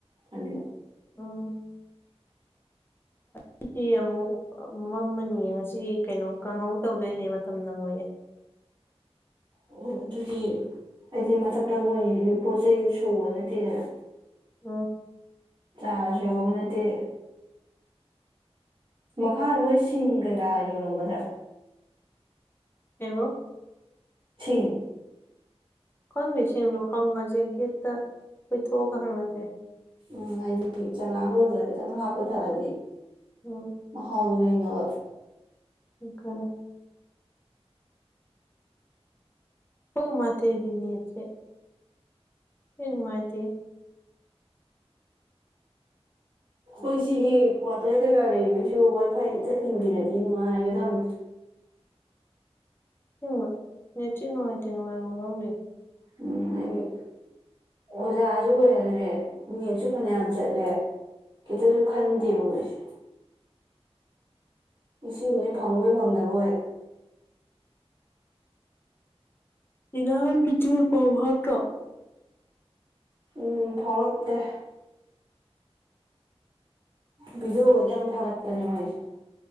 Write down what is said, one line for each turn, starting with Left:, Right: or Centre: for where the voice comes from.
Right: ꯈꯥꯟꯕ
Left: ꯑꯥ ꯁꯤꯗꯤ ꯑꯃꯨꯛ ꯃꯝꯃꯅꯤ ꯉꯁꯤ ꯀꯩꯅꯣ ꯀꯪꯡꯍꯧ ꯇꯧꯗꯣꯏꯅꯦ ꯃꯇꯝ ꯅꯪꯉꯣꯏꯌꯦ
Right: ꯑꯣ ꯑꯗꯨꯗꯤ ꯑꯩꯗꯤ ꯃꯊꯛꯇ ꯃꯣꯏꯔꯤꯁꯤꯁꯨ ꯄꯣꯠ ꯆꯩ ꯁꯨꯕ ꯅꯠꯇꯦꯗꯅ
Left: ꯑꯣ
Right: ꯆꯥꯔꯁꯨ ꯌꯥꯎꯕ ꯅꯠꯇꯦ ꯃꯈꯥ ꯃꯣꯏ ꯁꯤꯡ ꯀꯩꯗꯥ ꯌꯣꯜꯂꯝꯒꯗ꯭ꯔꯥ
Left: ꯍꯕꯨ
Right: ꯁꯤ
Left: ꯈꯈꯪ ꯂꯤꯁꯤꯡꯗꯣ ꯍꯪꯉꯁꯦ ꯒꯦꯠꯇ ꯀꯣꯏꯊꯣꯛꯑꯒ ꯍꯪꯉꯁꯦ
Right: ꯎꯝ ꯍꯥꯏꯗꯤ ꯆꯉꯥꯡ ꯂꯣꯕꯗ ꯈꯤꯇꯪ ꯍꯥꯞꯄ ꯊꯛꯑꯗꯤ
Left: ꯎꯝ
Right: ꯃꯍꯥꯎꯗꯨ ꯂꯩꯅꯕ
Left: ꯏꯀ <unintelligible> ꯍꯣ ꯃꯥꯊꯦꯒꯤ ꯅꯦꯠꯁꯦ ꯍꯣꯏ ꯅꯨꯡꯉꯥꯏꯇꯦ
Right: ꯑꯩꯈꯣꯏ ꯁꯤꯒꯤ ꯀ꯭ꯋꯥꯇꯔ ꯀꯩꯀꯥ ꯂꯩꯕꯩꯁꯤꯁꯨ ꯋꯥꯏꯐꯥꯏ ꯈꯤꯇ ꯈꯤꯟꯕꯤꯔꯗꯤ ꯅꯨꯡꯉꯥꯏꯒꯗꯕꯅꯦ
Left: ꯍꯣꯏ ꯅꯦꯠꯁꯦ ꯅꯨꯡꯉꯥꯏꯇꯦ ꯅꯨꯡꯉꯥꯏꯕꯝ ꯈꯪꯗꯦ
Right: ꯎꯝ ꯍꯥꯏꯌꯨ ꯑꯣꯖꯥꯁꯨ ꯑꯣꯏꯍꯜꯗꯦ ꯅꯦꯠꯁꯨ ꯐꯅꯌꯥꯝ ꯆꯠꯂꯦ ꯈꯤꯇꯁꯨ ꯈꯟꯗꯦꯕ ꯃꯣꯏꯁꯦ ꯏꯁꯤꯡꯅꯦ ꯐꯪꯕꯣꯏ ꯐꯪꯗꯕꯣꯏ
Left: ꯁꯤꯅꯍꯟ ꯕꯤꯗꯤꯑꯣ ꯇꯧ ꯍꯥꯏꯗ꯭ꯔꯣ
Right: ꯎ ꯐꯥꯎꯔꯛꯇꯦ ꯕꯤꯖꯣꯒꯗꯤ ꯌꯥꯝ ꯊꯥꯒꯠꯄꯅꯦ ꯃꯣꯏꯁꯦ